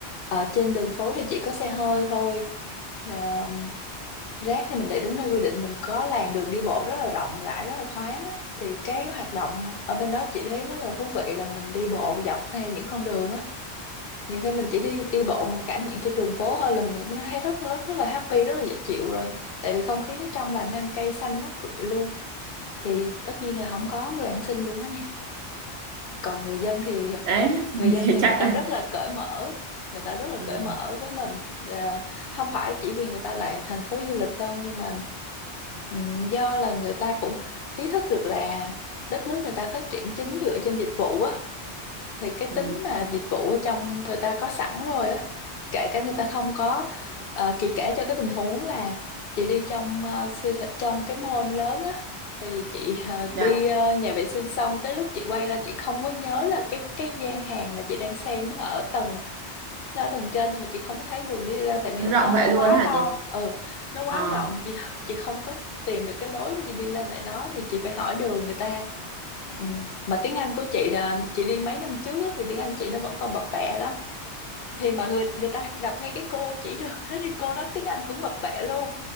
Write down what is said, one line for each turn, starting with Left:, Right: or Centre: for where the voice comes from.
Left: Ờ, trên đường phố thì chỉ có xe hơi thôi Ờ, rác thì mình để đúng nơi quy định mình có làn đường đi bộ rất là rộng rãi rất là thoáng á thì cái hoạt động ở bên đó chị thấy rất là thú vị là mình đi bộ dọc theo những con đường á nhiều khi mình chỉ đi đi bộ mình cảm nhận cái đường phố thôi là mình cũng thấy rất rất rất là happy rất là dễ chịu rồi tại vì không khí nó trong lành nam cây xanh mát rượi luôn thì tất nhiên là không có người ăn xin luôn á nha còn người dân thì
Right: đấy
Left: người
Right: <laughs>
Left: dân
Right: thì
Left: thì
Right: chắc
Left: người ta
Right: là
Left: rất là cởi mở người ta rất là
Right: ừ.
Left: cởi mở với mình Và không phải chỉ vì người ta là thành phố du lịch đâu nhưng mà ừ, do là người ta cũng ý thức được là đất nước người ta phát triển chính dựa trên dịch vụ á thì cái tính
Right: Ừ,
Left: mà dịch vụ ở trong người ta có sẵn rồi á kể cả người ta không có ờ, chị kể cho cái tình huống là chị đi trong ờ, siêu thị trong cái mall lớn á thì chị ờ,
Right: dạ
Left: đi ờ, nhà vệ sinh xong tới lúc chị quay ra chị không có nhớ là cái cái gian hàng mà chị đang xem nó ở tầng nó ở tầng trên nhưng mà chị không có thấy đường đi lên tại vì
Right: nó rộng
Left: nó
Right: vậy
Left: nó
Right: luôn
Left: quá
Right: hả
Left: to
Right: chị
Left: ừ nó quá
Right: ờ
Left: rộng chị chị không có tìm được cái lối để chị đi lên lại đó thì chị phải hỏi đường người ta ừ. mà tiếng Anh của chị là chị đi mấy năm trước á, thì tiếng Anh chị nó vẫn còn bập bẹ lắm thì mà người người ta gặp ngay cái cô chỉ đường đó thì cô nói tiếng Anh cũng bập bẹ luôn